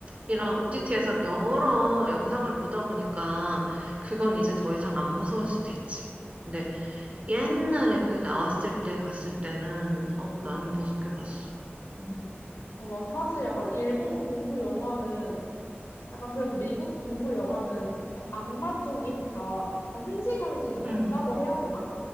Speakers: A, on the right; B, on the left.
A: 이런 OTT에서 여러 영상을 보다 보니까 그건 이제 더 이상 안 무서울 수도 있지. 근데
B: 음.
A: 옛날에 그 나왔을 때 봤을 때는 어, 나는 무섭게 봤어. 응,
B: 어, 난 사실 약간 일본 공포 영화는 약간 그래도 미국 공포 영화는 약간 악마 쪽이니까 약간 현실감이 좀 없다고
A: 응,
B: 해야 되나?